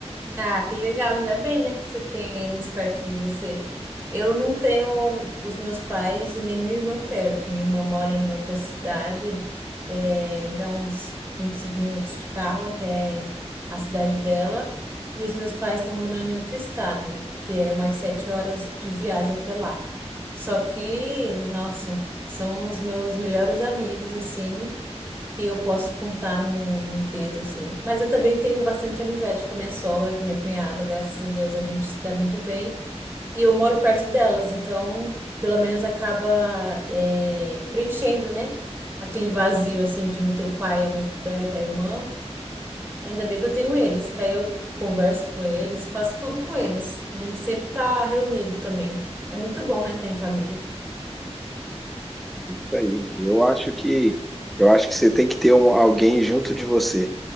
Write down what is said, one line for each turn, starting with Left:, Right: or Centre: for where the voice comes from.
Right: Ah, que legal, ainda bem, né, que você tem eles perto de você. Eu não tenho os meus pais e nem minha irmã perto. Minha irmã mora em outra cidade, é, dá uns 25 minutos de carro até a cidade dela. E os meus pais estão morando em outro estado, que é umas sete horas de viagem até lá. Só que, nossa, são os meus melhores amigos, assim. que eu posso contar num dedo, assim. Mas eu também tenho bastante amizade com a minha sogra, com minha cunhada, graças a Deus a gente se dá muito bem. E eu moro perto delas, então pelo menos acaba é, preenchendo, né? Aquele vazio, assim, de não ter o pai, a mãe por perto, a irmã. Ainda bem que eu tenho eles, que aí eu converso com eles, faço tudo com eles. A gente sempre tá reunido também. É muito bom, né, estar em família.
Centre: Isso aí. Eu acho que eu acho que você tem que ter um- alguém junto de você.